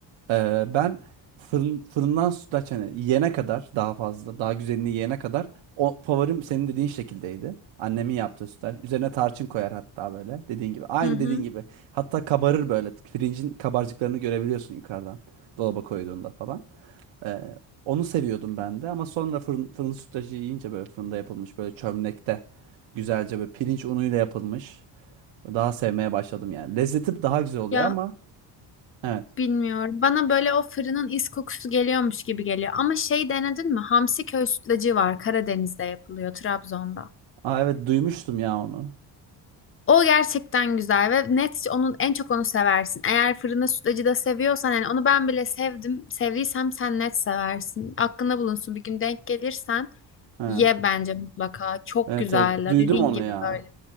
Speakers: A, on the right; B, on the left.
A: Ee, ben fırın, fırından sütlaç hani yiyene kadar daha fazla daha güzelini yiyene kadar o favorim senin dediğin şekildeydi. Annemin yaptığı sütlaç. Üzerine tarçın koyar hatta böyle dediğin gibi. Aynı
B: Hı hı.
A: dediğin gibi. Hatta kabarır böyle. Pirincin kabarcıklarını görebiliyorsun yukarıdan. Dolaba koyduğunda falan. Ee, onu seviyordum ben de ama sonra fırın, fırın sütlacı yiyince böyle fırında yapılmış böyle çömlekte güzelce böyle pirinç unuyla yapılmış. Daha sevmeye başladım yani. Lezzeti daha güzel oluyor
B: Ya
A: ama Evet.
B: bilmiyorum. Bana böyle o fırının is kokusu geliyormuş gibi geliyor. Ama şey denedin mi? Hamsi köy sütlacı var. Karadeniz'de yapılıyor, Trabzon'da.
A: Aa evet duymuştum ya onu.
B: O gerçekten güzel ve net onun en çok onu seversin. Eğer fırında sütlacı da seviyorsan yani onu ben bile sevdim. Sevdiysem sen net seversin. Aklında bulunsun bir gün denk gelirsen
A: Ha.
B: ye bence mutlaka. Çok
A: Evet
B: güzel.
A: evet duydum
B: Dediğin
A: onu
B: gibi
A: ya.
B: böyle.